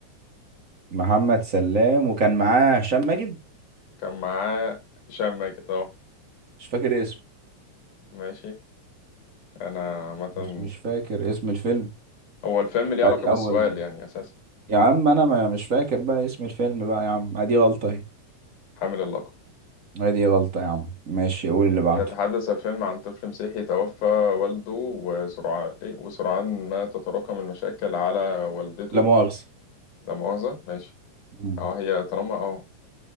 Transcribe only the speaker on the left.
كان معاه هشام ماجد اه
ماشي انا عامة
هو الفيلم ليه علاقة
بالسؤال
يعني اساسا
حامل اللقب
يتحدث الفيلم عن طفل مسيحي توفى والده وسرعان إيه؟ وسرعان ما تتراكم المشاكل على والدته
لا مؤاخذة ماشي
اه هي طالما اه